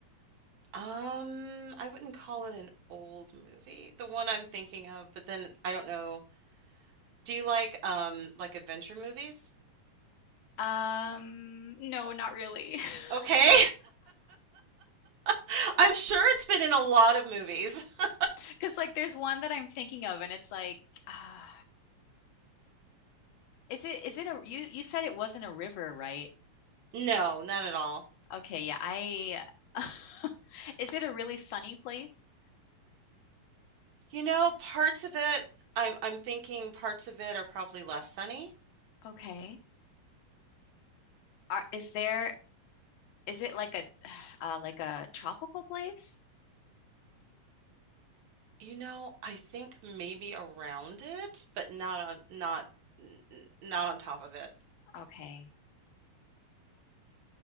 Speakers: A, on the right; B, on the left.
A: Um, I wouldn't call it an old movie, the one I'm thinking of, but then I don't know. Do you like um like adventure movies?
B: Um, no, not really. <laughs>
A: Okay. <laughs> I'm sure it's been in a lot of movies. <laughs>
B: Because like there's one that I'm thinking of and it's like uh, is it is it a you you said it wasn't a river, right?
A: No, not at all.
B: Okay, yeah. I <laughs> Is it a really sunny place?
A: You know, parts of it, I'm I'm thinking parts of it are probably less sunny.
B: Okay. Are, is there Is it like a <sighs> uh, like a tropical place?
A: You know, I think maybe around it, but not on not n- n- not on top of it.
B: Okay.